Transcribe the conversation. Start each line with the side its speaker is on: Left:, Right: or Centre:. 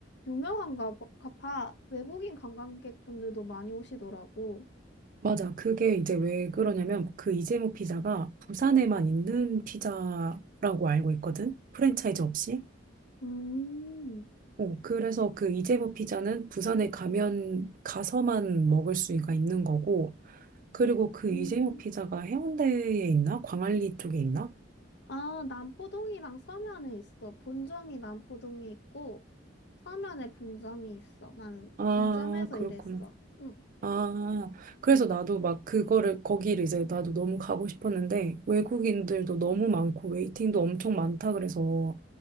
Left: 유명한가 봐. 가 봐. 외국인 관광객분들도 많이 오시더라고.
Right: 맞아. 그게 이제 왜 그러냐면 그 이재모 피자가 부산에만
Left: 응,
Right: 있는 피자라고 알고 있거든. 프랜차이즈 없이.
Left: 음,
Right: 어, 그래서 그 이재모 피자는 부산에 가면 가서만 먹을 수가 있는 거고. 그리고 그
Left: 음.
Right: 이재모 피자가 해운대에 있나? 광안리 쪽에 있나?
Left: 아, 남포동이랑 서면에 있어. 본점이 남포동에 있고, 서면에 분점이 있어. 나는
Right: 아,
Left: 분점에서
Right: 그렇구나.
Left: 일했어. 응.
Right: 아, 그래서 나도 막 그거를 거기를 이제 나도 너무 가고 싶었는데 외국인들도 너무 많고 웨이팅도 엄청 많다 그래서